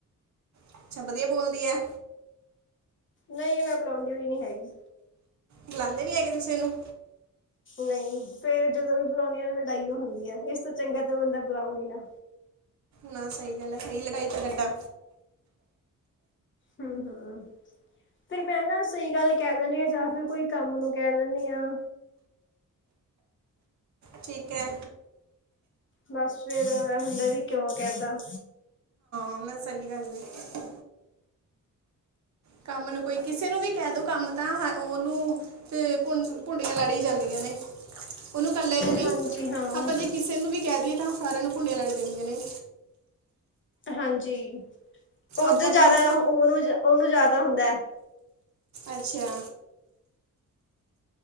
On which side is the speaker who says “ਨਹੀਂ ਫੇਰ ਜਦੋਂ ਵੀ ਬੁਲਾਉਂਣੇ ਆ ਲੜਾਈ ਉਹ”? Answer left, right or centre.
Left